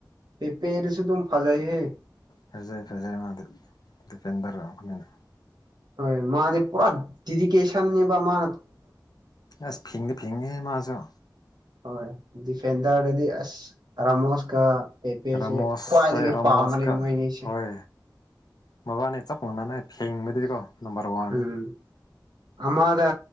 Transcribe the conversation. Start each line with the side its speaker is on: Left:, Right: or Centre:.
Right: ꯍꯦ ꯄꯦꯔꯁꯨ ꯇꯝ ꯐꯖꯏ ꯍꯦ
Left: ꯐꯖꯩ ꯐꯖꯩ ꯃꯥꯗꯤ ꯗꯤꯄꯦꯟ ꯇꯧꯔꯛꯑꯕꯅꯤꯅ
Right: ꯍꯣꯏ ꯃꯥꯗꯤ ꯄꯨꯔꯥ ꯗꯦꯗꯤꯀꯦꯁꯟꯅꯤꯕ ꯃꯥ
Left: ꯑꯁ ꯐꯤꯗꯦ ꯐꯤꯡꯗꯦ ꯃꯥꯁꯨ
Right: ꯍꯣꯏ ꯗꯤꯐꯦꯟꯗꯔꯗꯗꯤ ꯑꯁ ꯑꯔꯥꯃꯣꯁꯀꯥ ꯄꯦꯄꯦꯁꯦ
Left: ꯔꯥꯃꯣꯁ
Right: ꯈ꯭ꯋꯥꯏꯗꯒꯤ
Left: ꯍꯣꯏ ꯔꯥꯃꯣꯁꯀ
Right: ꯄꯥꯝꯕꯅꯦ ꯃꯣꯏꯅꯤꯁꯦ
Left: ꯍꯣꯏ ꯃꯕꯥꯅꯤ ꯆꯞ ꯃꯥꯟꯅꯅꯦ ꯐꯦꯡꯕꯗꯔꯤꯀꯣ ꯅꯝꯕꯔ ꯋꯥꯟꯅ
Right: ꯎꯝ ꯑꯃꯗ